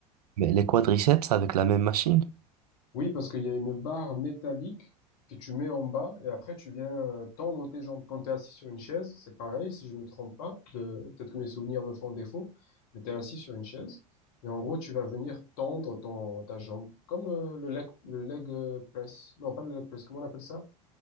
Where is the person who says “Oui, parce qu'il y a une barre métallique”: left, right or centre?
Left